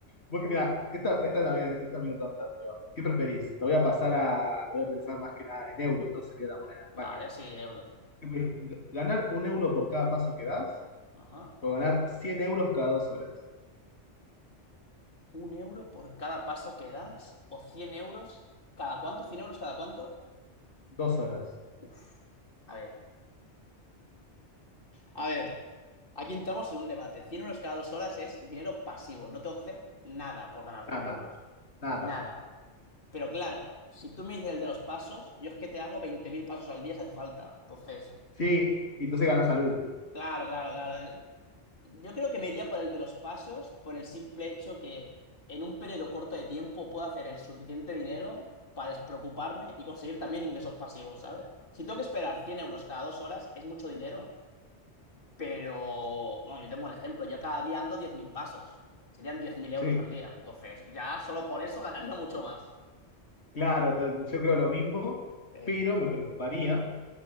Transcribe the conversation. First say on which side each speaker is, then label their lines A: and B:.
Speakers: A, on the left; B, on the left.
A: Vos que mirá, esta, esta también, esta medio tonta, pero ¿qué preferís? Lo voy a pasar a, lo voy a pensar más que nada en euros, no sería la moneda de España.
B: Vale, sí, euros.
A: ¿Qué preferís? G- ¿Ganar un euro por cada paso que das?
B: Ajá.
A: ¿O ganar cien euros cada dos horas?
B: ¿Un euro por cada paso que das? ¿O 100 euros? ¿Cada cuánto? cien euros cada cuánto?
A: Dos horas.
B: Uf. A ver. A ver. Aquí entramos en un debate. cien euros cada dos horas es dinero pasivo. No tengo que hacer nada por ganar
A: Nada,
B: 100 euros.
A: nada.
B: Nada. Pero claro, si tú me dices el de los pasos, yo es que te hago 20.000 pasos al día si hace falta. Entonces,
A: Sí, y entonces ganás salud.
B: claro, claro, claro. Yo creo que me iría por el de los pasos por el simple hecho que en un periodo corto de tiempo puedo hacer el suficiente dinero para despreocuparme y conseguir también ingresos pasivos, ¿sabes? Si tengo que esperar 100 euros cada dos horas, es mucho dinero, pero... Bueno, yo tengo el ejemplo, yo cada día ando 10.000 pasos. Serían 10.000 euros
A: Sí,
B: al día. Entonces, ya solo por eso ganaría mucho más.
A: Claro, to- yo creo lo mismo,
B: eh,
A: pero me preocuparía